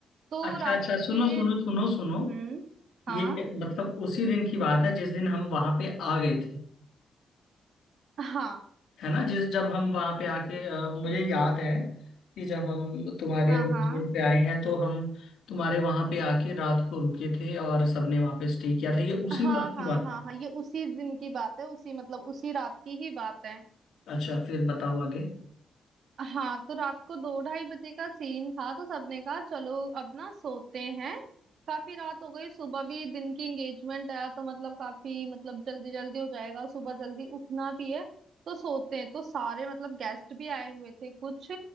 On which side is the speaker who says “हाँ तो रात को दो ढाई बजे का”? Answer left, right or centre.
Right